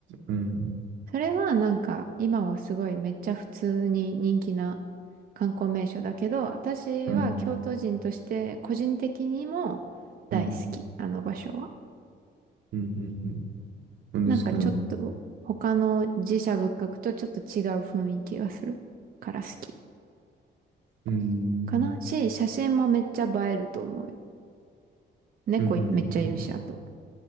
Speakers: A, on the right; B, on the right.
A: うん、
B: それはなんか今はすごいめっちゃ普通に人気な観光名所だけど、私は京都人として個人的にも大好き、
A: うん、うん、うん、
B: あの場所は。
A: うん、うん。なんで好きな。
B: なんかちょっと他の寺社仏閣とちょっと違う雰囲気がするから好き
A: うん、
B: かなし、写真もめっちゃ映えると思うよ。猫いめっちゃいるし、
A: うん、うん、うん、
B: あと。